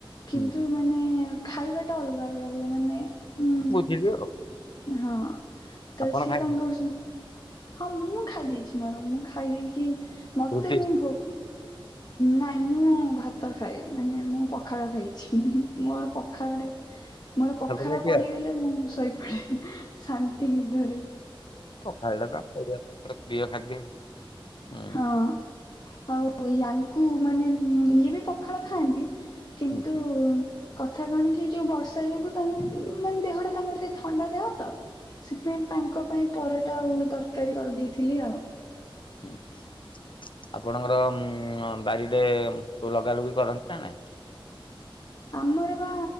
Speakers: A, on the left; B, on the left.
A: କିନ୍ତୁ
B: ହୁଁ,
A: ମାନେ-ଏ ଖାଇବା ଟା ଅଲଗା ଅଲଗା ହୁଏ ମାନେ ହୁଁ
B: ବୁଝିଲି ଆଉ
A: ହଁ ତ
B: ଆପଣ
A: ସିଏ
B: ଖାଇଲେ
A: ତାଙ୍କର ସ ହଁ ମୁଁ ଖାଇ ଦେଇଚି ମୋର ମୁଁ ଖାଇ ଦେଇକି ମୋତେ
B: ରୁଟି
A: ମୋ ଭୋ ନାଇଁ ମୁଁ ଭାତ ଖାଏ। ମାନେ ମୁଁ ପଖାଳ ଖାଇଚି। ମୋର ପଖାଳଟେ ମୋର ପଖାଳ
B: ସବୁବେଳେ ଦିଅ।
A: ପଡିଗଲେ ମୁଁ ଶୋଇ <inaudible> ଶାନ୍ତି ନିଦ ରେ
B: ହେଟା ତ ଆମ ଓଡ଼ିଆ ଘର ପ୍ରିୟ ଖାଦ୍ୟ। ହୁଁ।
A: ହଁ। ଆଉ ୟାଙ୍କୁ ମାନେ ଇଏ ବି ପଖାଳ ଖାଆନ୍ତି। କିନ୍ତୁ
B: ହୁଁ।
A: କଥା କଣ କି ଯଉ ବର୍ଷା ଯୋଗୁ ତା ମାନେ ଦେହଟା ତାଙ୍କର ଥଣ୍ଡା ଦେହ ତ। ସେଥିପାଇଁ ତାଙ୍କ ପାଇଁ ପରଟା ଆଉ ତରକାରୀ କରିଦେଇଥିଲି ଆଉ।
B: ହୁଁ ହୁଁ ଆପଣଙ୍କର ଉଁ ବାରି ରେ ଯଉ ଲଗା ଲୁଗି କରନ୍ତି ନା ନାହିଁ?
A: ଆମର ବା